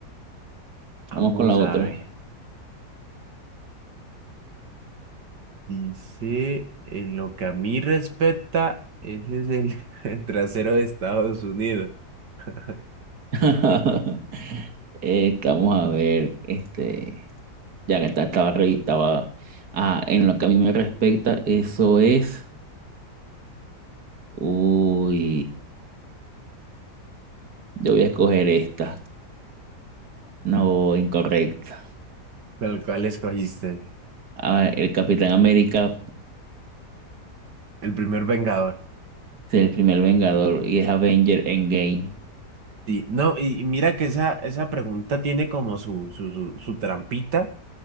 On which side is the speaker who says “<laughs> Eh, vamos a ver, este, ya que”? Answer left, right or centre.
Right